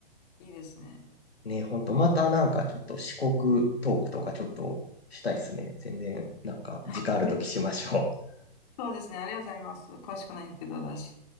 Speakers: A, on the left; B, on the left.
A: いいですね。
B: ね、ほんと、またなんかちょっと四国トークとかちょっとしたいっすね。全然、なんか、時間あるときしましょう。
A: はい。そうですね。ありがとうございます。詳しくないんですけど、私。